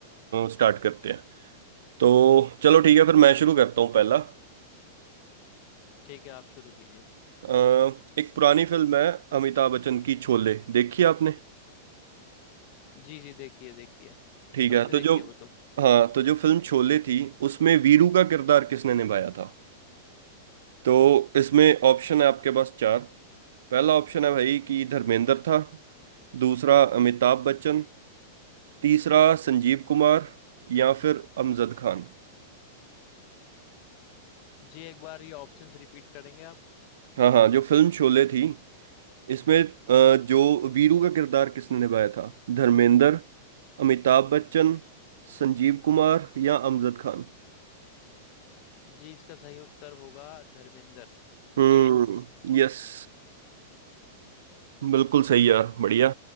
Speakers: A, on the right (about 80°); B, on the left (about 50°).
A: स्टार्ट करते हैं तो चलो ठीक है फिर मैं शुरू करता हूँ पहला
B: ठीक है आप शुरू कीजिए
A: अ, एक पुरानी फिल्म है अमिताभ बच्चन की शोले देखी आपने
B: जी जी देखिए देखिए
A: ठीक
B: सबने
A: है तो
B: देखी
A: जो
B: है वो तो
A: हाँ तो जो फिल्म शोले थी उसमें वीरू का किरदार किसने निभाया था तो इसमें ऑप्शन है आपके पास चार पहला ऑप्शन है भाई कि धर्मेंद्र था दूसरा अमिताभ बच्चन तीसरा संजीव कुमार या फिर अमजद खान
B: जी एक बार ये ऑप्शंस रिपीट करेंगे आप
A: हाँ हाँ जो फिल्म शोले थी इसमें अ, जो वीरू का किरदार किसने निभाया था धर्मेंद्र अमिताभ बच्चन संजीव कुमार या अमजद खान
B: जी इसका सही उत्तर होगा धर्मेंद्र
A: हम्म
B: ए
A: यस बिल्कुल सही यार बढ़िया